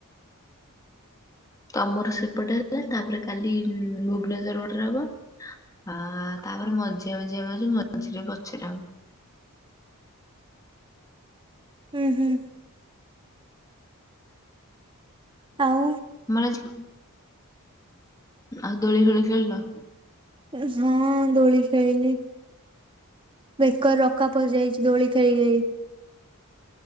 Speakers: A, on the left (about 15°); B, on the right (about 25°).
A: ଆମର ସେପଟେ ହେଲା ତାପରେ କାଲି ଭୁବନେଶ୍ଵର ପଟେ ରହିବ। ଆହା ତାପରେ ମଝି ମଝିରେ ମଝି ମଝିରେ ପଛରେ ହବ।
B: ହୁଁ ହୁଁ। ଆଉ।
A: ମା ଝିଅ ଆଉ ଦୋଳି ଖୋଳି ଖେଳିଲ।
B: ଉଉଁ ହଁ ଦୋଳି ଖେଳିଲି। ବେକରେ ରକା ପଶଯାଇଛି ଦୋଳି ଖେଳି ଖେଳି।